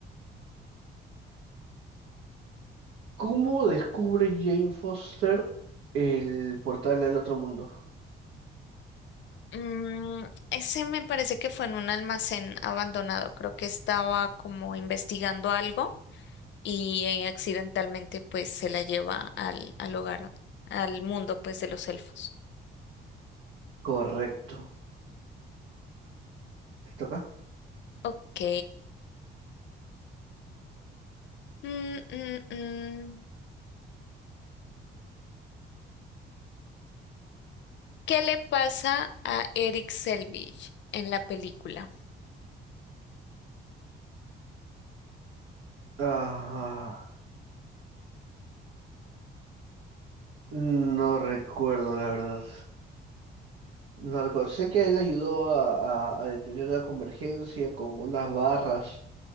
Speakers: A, on the right; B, on the left.
A: ¿cómo descubre Jane Foster el portal al otro mundo?
B: Mm, ese me parece que fue en un almacén abandonado. Creo que estaba como investigando algo y eh, accidentalmente pues se la lleva al, al hogar, al mundo pues de los elfos.
A: Correcto. ¿Te toca?
B: Ok. Mm, mm, mm. ¿Qué le pasa a Eric Selvig en la película?
A: Ah, no recuerdo, la verdad. No recuerdo. Sé que él ayudó a, a- a detener la convergencia con unas barras,